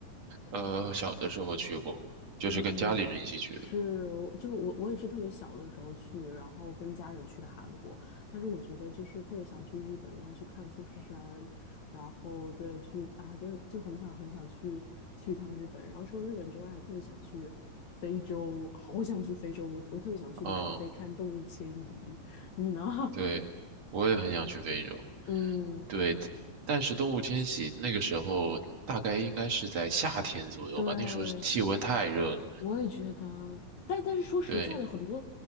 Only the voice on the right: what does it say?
呃，小的时候去过，就是跟家里人一起去的。
嗯，
对，我也很想去非洲。
对，但是动物迁徙那个时候大概应该是在夏天左右吧，
那时候是气温太热了。
对，